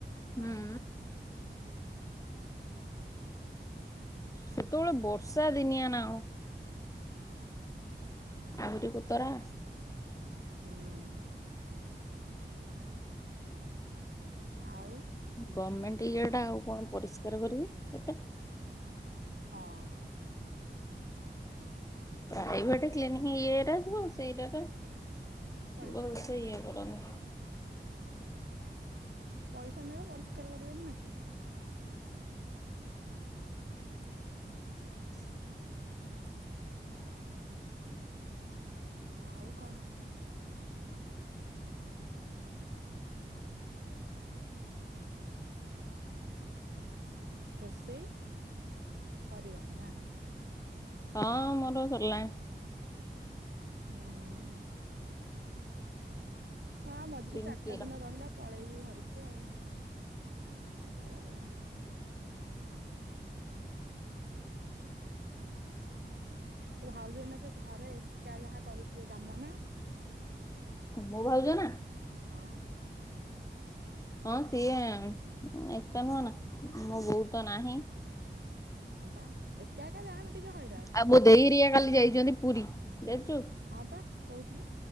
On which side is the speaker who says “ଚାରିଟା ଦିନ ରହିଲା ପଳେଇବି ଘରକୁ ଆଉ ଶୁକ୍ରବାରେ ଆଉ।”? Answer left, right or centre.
Right